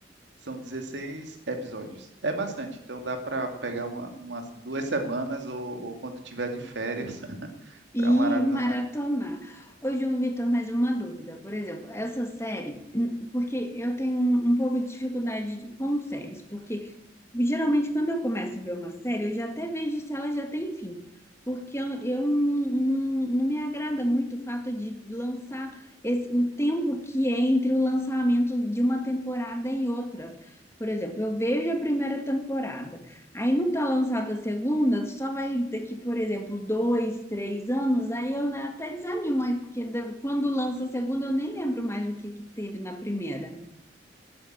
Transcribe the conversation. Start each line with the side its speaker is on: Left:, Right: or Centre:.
Right: são 16 episódios. É bastante, então dá para pegar uma, umas duas semanas ou, ou quando tiver de férias <laughs>
Left: E
Right: para maratonar.
Left: maratonar. Ô, João Vitor, mais uma dúvida. Por exemplo, essa série, <clears throat> hum, porque eu tenho um, um pouco de dificuldade de- com séries, porque geralmente quando eu começo a ver uma série, eu já até vejo se ela já tem fim. Porque eu, eu não, não, não me agrada muito o fato de lançar esse, o tempo que é entre o lançamento de uma temporada e outra. Por exemplo, eu vejo a primeira temporada. Aí não tá lançada a segunda, só vai daqui, por exemplo, dois, três anos, aí eu né, até desanimo, aí, porque da- quando lança a segunda eu nem lembro mais o que que teve na primeira.